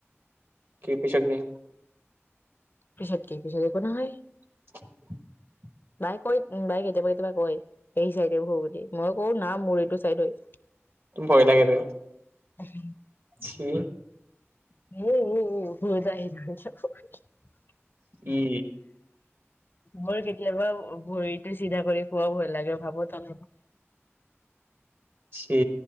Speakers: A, on the right (about 55°); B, on the left (about 45°).
A: পিছে তুমি
B: পিছাদ কি পিছত একো নহয়।
A: <unintelligible>
B: বাই কয়, বাই কেতিয়াবা-কেতিয়াবা কয় এই চাইডেওোৰ বুলি মই কওঁ না মোৰ এইটো চাইডই।
A: ভৈ লাগে বে।
B: উম
A: উ
B: শু-শু-শু মোৰত <unintelligible>
A: ই
B: মোৰ কেতিয়াবা ভৰিতটো চিধা কৰি খোৱা ভয় লাগে ভাবো ত
A: চি